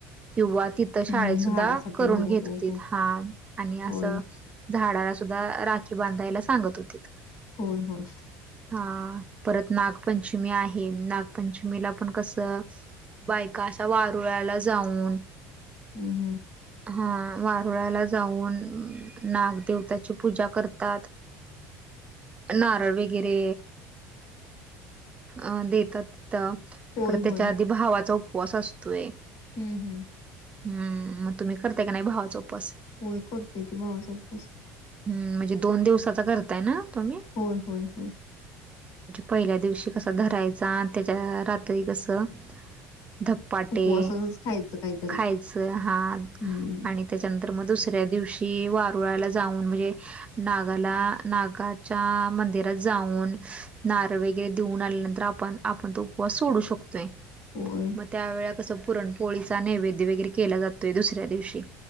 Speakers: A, on the right; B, on the left.
A: किंवा ति, शाळेत
B: हं.
A: सुद्धा
B: झाडासाठी
A: करून
B: हो,
A: घेत
B: हो,
A: होती
B: हो.
A: हा आणि
B: होय,
A: असं झाडाला सुद्धा राखी बांधायला सांगत होतीत.
B: होय, होय
A: हा परत नागपंचमी आहे नागपंचमीला पण कसं, बायका अशा वारुळा्याला जाऊन.
B: हम् हम्.
A: हा वारुळ्याला जाऊन नागदेवताची पूजा करतात. नारळ वगैरे अ देतात तथ
B: होय,
A: पर त्याच्या
B: होय.
A: आधी भावाचा उपवास असतोय.
B: हम्म हम्.
A: हम्म मग तुम्ही करते का नाही भावाच उपस
B: होय करतोय की भाऊ चां उपवास.
A: हम्म म्हणजे दोन दिवसाचा करताय ना तुम्ही?
B: होय, होय, होय.
A: पहिल्या दिवशी कसं धरायचा आणि त्याच्या रात्री कसं? धपाटे
B: उपवासाचच खायचं काहीतरी.
A: खायच हा
B: हं.
A: आणि त्याच्यानंतर मग दुसऱ्या दिवशी वारुळाला जाऊन म्हणजे नागाला नागाच्या मंदिरात जाऊन नारळ वगैरे देऊन आल्यानंतर आपण आपण तो उपवास सोडू शकतोय.
B: होय,
A: मग त्यावेेळा कसं पुरण पोळीचा नैवेद्य वगैरे केला जातोय दुसऱ्या दिवशी